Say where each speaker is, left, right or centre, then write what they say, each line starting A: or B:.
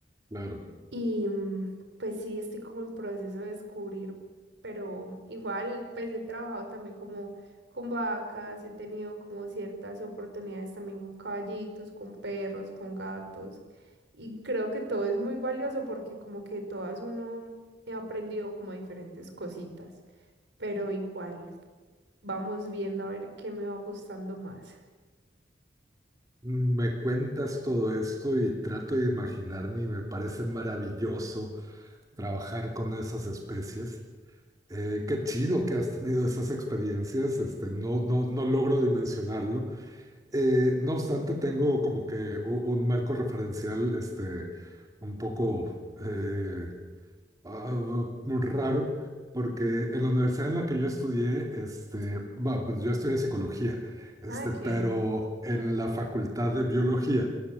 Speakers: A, on the right; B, on the right.
A: Claro.
B: Y mm, pues sí, estoy como en proceso de descubrir, pero igual pues he trabajado también como con vacas, he tenido como ciertas oportunidades también con caballitos, con perros, con gatos. Y creo que todo es muy valioso porque como que todas uno he aprendido como diferentes cositas, pero igual vamos viendo a ver qué me va gustando más.
A: Me cuentas todo esto y trato de imaginarme y me parece maravilloso trabajar con esas especies. Eh, qué chido que has tenido esas experiencias, este, no, no, no logro dimensionarlo. Eh, no obstante, tengo como que u- un marco referencial, este, un poco eh, ah, muy raro, porque en la universidad en la que yo estudié, este,
B: Sí.
A: bueno, pues yo estudié psicología, este,
B: Ah, qué
A: pero
B: bien.
A: en la facultad de biología,